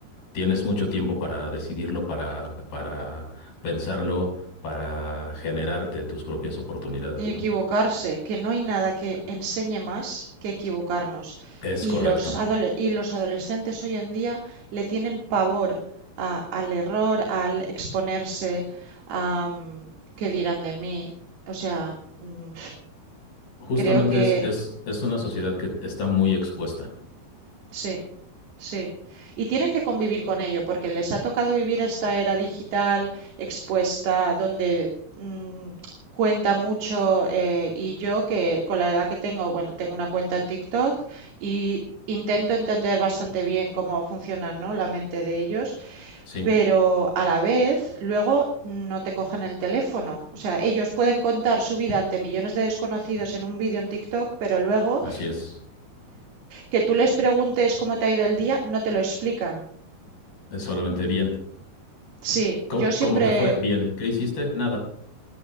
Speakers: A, on the left (about 85°); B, on the right (about 85°).
A: Tienes mucho tiempo para decidirlo, para, para pensarlo, para generarte tus propias oportunidades,
B: Y
A: ¿no?
B: equivocarse, que no hay nada que enseñe más que equivocarnos.
A: Es correcto.
B: Y los, adole- y los adolescentes hoy en día le tienen pavor a- al error, al exponerse, a mm, qué dirán de mí. O sea, mm,
A: Justamente
B: creo que
A: es, es, es una sociedad que está muy expuesta.
B: Sí, sí. Y tienen que convivir con ello, porque les ha tocado vivir esta era digital expuesta, donde mm, cuenta mucho. eh, y yo, que con la edad que tengo, bueno, tengo una cuenta en TikTok y intento entender bastante bien cómo funcionan, ¿no? la mente de ellos,
A: Sí,
B: pero a la vez luego no te cogen el teléfono. O sea, ellos pueden contar su vida ante millones de desconocidos en un vídeo en TikTok, pero luego
A: así es.
B: que tú les preguntes cómo te ha ido el día, no te lo explican.
A: Es solamente bien.
B: Sí,
A: ¿Cómo,
B: yo siempre,
A: cómo te fue? Bien. ¿Qué hiciste? Nada.